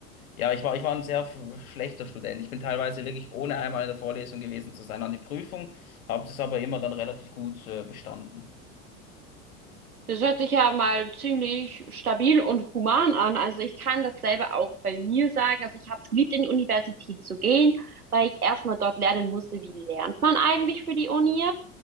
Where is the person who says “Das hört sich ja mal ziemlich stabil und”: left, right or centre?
Right